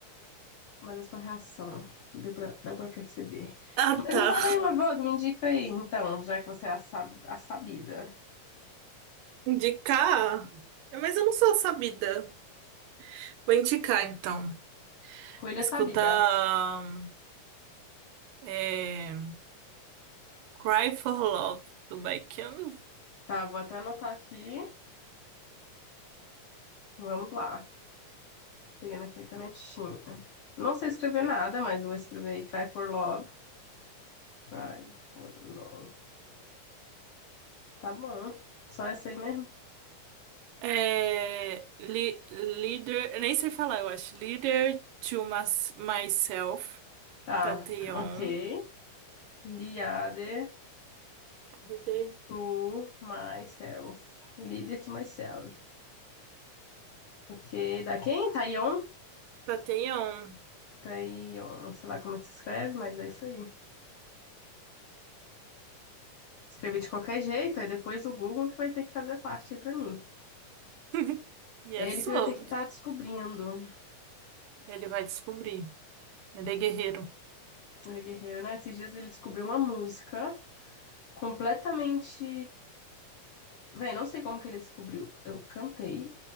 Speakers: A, on the left; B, on the right.
A: Mas a sua reação deu pra, deu pra perceber.
B: Ah,
A: Mas
B: tá.
A: me fala aí uma boa, me indica aí, então, já que você é a, sab- a sabida.
B: Indicar? Mas eu não sou sabida. Vou indicar, então.
A: Coelha
B: Escutar
A: sabida.
B: é, Cry for Love, do Baekhyun.
A: Tá, vou até anotar aqui. Vamos lá. Pegando aqui a canetinha. Não sei escrever nada, mas vou escrever aí Cry for Love. Cry for Love. Tá bom. Só essa aí mesmo.
B: É, li, leader... eu Nem sei falar, eu acho. Leader to Mas- Myself,
A: Tá,
B: Tateon.
A: ok. Liade
B: Leader
A: to myself. Leader to myself. Ok. Da quem? Taeyeon?
B: Tateon.
A: Taeyeon. Sei lá como é que se escreve, mas é isso aí. Escrevi de qualquer jeito, aí depois o Google que vai ter que fazer parte aí pra mim.
B: <laughs> E
A: É
B: é sobre.
A: ele que vai ter que estar tá descobrindo.
B: Ele vai descobrir. Ele é guerreiro.
A: Ele é guerreiro, né? Esses dias ele descobriu uma música completamente. Véi, não sei como que ele descobriu. Eu cantei